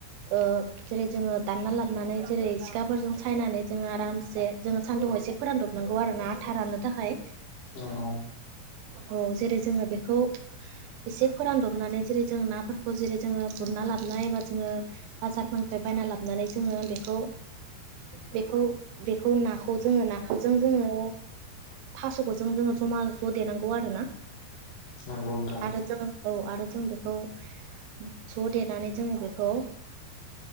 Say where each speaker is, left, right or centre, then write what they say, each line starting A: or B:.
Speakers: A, on the right (about 85°); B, on the left (about 60°).
A: ओ जेरै जोङो दानना लाबनानै जेरै सिखाफोरजों सायनानै जोङो आरामसे जोङो सान्दुं एसे फोरानदबनांगौ आरो ना आथा राननो थाखाय।
B: नोंगौ
A: औ जेरै जोङो बेखौ एसे फोरानदबनानै जेरै जों नाफोरखौ जेरै जोङो गुरना लाबोननायबा जोङो बाजारफोरनिफ्राय बायना लाबोनानै जोङो बेखौ बेखौ बेखौ नाखौ जोङो ना बे जों जोङो थास'खौ ज जोङो जमा ज' देनांगौ आरो ना
B: नंगौ नोंथां
A: आरो जोङो औ आरो जों बेखौ ज' देनानै जोङो बेखौ